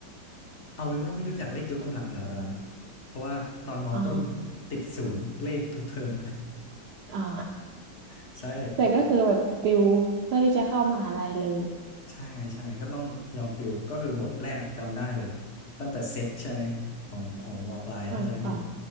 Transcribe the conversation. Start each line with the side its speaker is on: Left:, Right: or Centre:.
Left: เอาเป็นว่าไม่รู้จักเลขยกกำลังเดียวาตอนนั้นนะเพราะว่าตอนมอต้น
Right: อ๋อ
Left: ติดศูนย์เลขทุกเทอม
Right: อ๋อ
Left: <laughs> ใช่
Right: แต่ก็คือแบบติวเพื่อที่จะเข้ามหาลัยเลย
Left: ใช่ใช่ก็ต้องยอมติวก็คือบทแรกจำได้เลยตั้งแต่เซตใช่ไหมของของมอปลายถ้าจำไม่ผิด
Right: อ้าวอ้าว